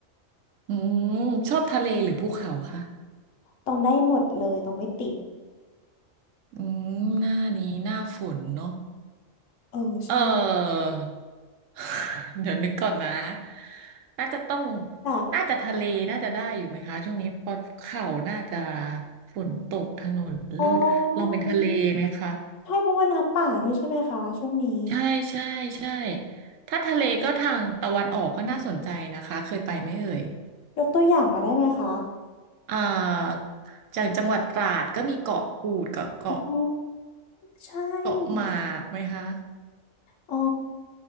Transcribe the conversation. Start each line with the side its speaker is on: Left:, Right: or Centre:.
Right: อืมชอบทะเลหรือภูเขาคะ
Left: ต้องได้หมดเลยต้องไม่ติด
Right: อืมหน้านี้หน้าฝนเนาะ
Left: เออใช่
Right: เออ <laughs> เดี๋ยวนึกก่อนนะน่าจะต้อง
Left: แบบ
Right: น่าจะทะเลน่าจะได้อยู่ไหมคะช่วงนี้เพราะเขาน่าจะฝนตกถนนลื่นลองเป็นทะเลไหมคะ
Left: อ๋อไอ้นี่ ใช่เพราะว่าน้ำป่าด้วยใช่ไหมคะช่วงนี้
Right: ใช่ใช่ใช่ถ้าทะเลก็ทางตะวันออกก็น่าสนใจนะคะเคยไปไหมเอ่ย
Left: ยกตัวอย่างมาได้ไหมคะ
Right: อ่าจากจังหวัดตราดก็มีเกาะกูดกับเกาะ
Left: โอ้โหใช่
Right: เกาะหมากไหมคะ
Left: อ๋อ